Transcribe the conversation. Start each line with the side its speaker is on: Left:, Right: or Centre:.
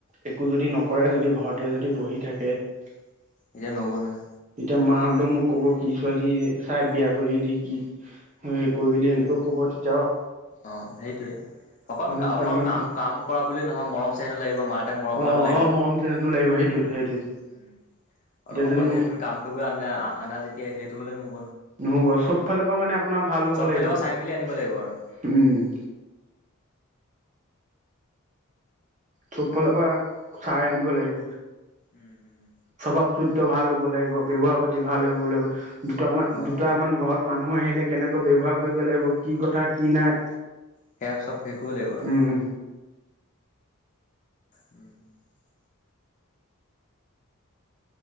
Right: একো যদি নকৰে যদি ঘৰতে যদি বহি থাকে উ <unintelligible>
Left: এতিয়া নহ'ব নহয়
Right: এতিয়া মাহঁতে মোক ক'ব কি ছোৱালী চাই বিয়া কৰিলি সে কৰিলি এনেকৈ কব তেতিয়াও
Left: অ সেইটোৱে অকল
Right: দুটা
Left: অকল
Right: মানে
Left: কাম কাম কৰা বুলি নহয় মৰম চেনেহটো লাগিব মা দেউতা মৰম
Right: অ
Left: কৰাটো লাগিব
Right: অ মৰম চেনেহটো লাগিব সেইটোৱেটো সেইটোৱে এতিয়া
Left: উম অল অকল
Right: যদি মোৰ
Left: যে তুমি কাম কৰিবলৈ আনিলা আনা যেতিয়া সেইটো হ'লে নোহোবো
Right: নহ'ব চব ফালৰ পৰা মানে আপোনাৰ ভাল হ'ব
Left: চব
Right: লাগিব
Left: ফালৰ পৰা চাই মেলি আনিব আৰু।
Right: উম <inaudible> চব ফালৰ পৰা চাই আনিব লাগিব
Left: উম উম।
Right: স্বভাৱ চৰিত্ৰ ভাল হ'ব লাগিব ব্যৱহাৰ পাতি ভাল হ'ব লাগিব দুটামান
Left: অ
Right: দুটামান ঘৰত মানুহ মানুহ আহিলে কেনেকৈ ব্যৱহাৰ কৰিব লাগিব কি কথা কি নাই
Left: সেয়াক চ ব হৈ লাগিব আৰু
Right: উম
Left: উম